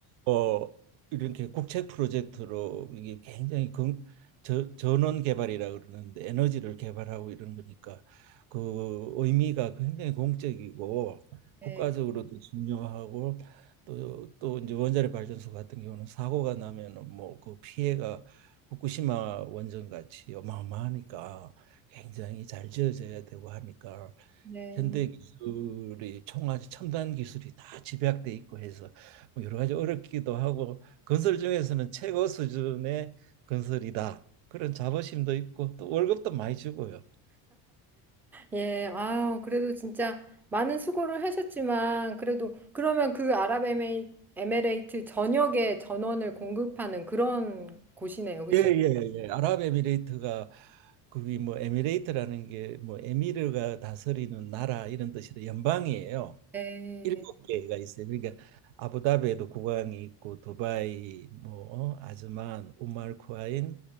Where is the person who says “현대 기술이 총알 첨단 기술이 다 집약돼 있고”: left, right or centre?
Right